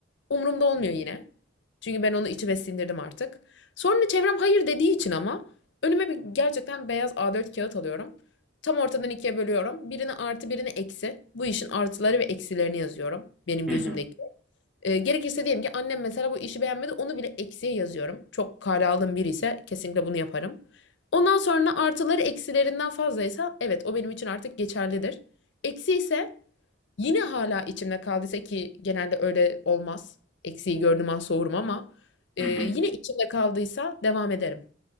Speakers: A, on the left (about 60°); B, in the centre.
A: Umurumda olmuyor yine. Çünkü ben onu içime sindirdim artık. Sonra çevrem hayır dediği için ama önüme bir gerçekten beyaz A4 kağıt alıyorum. Tam ortadan ikiye bölüyorum. Birine artı birine eksi. Bu işin artıları ve eksilerini yazıyorum. Benim
B: Hı
A: gözümdeki.
B: hı,
A: Ee, gerekirse diyelim ki annem mesela bu işi beğenmedi. Onu bile eksiye yazıyorum. Çok kale aldığım biri ise kesinlikle bunu yaparım. Ondan sonra artıları eksilerinden fazlaysa evet o benim için artık geçerlidir. Eksi ise yine hala içimde kaldıysa ki genelde öyle olmaz. Eksiği gördüğüm an soğurum ama
B: hı
A: e, yine
B: hı.
A: içimde kaldıysa devam ederim.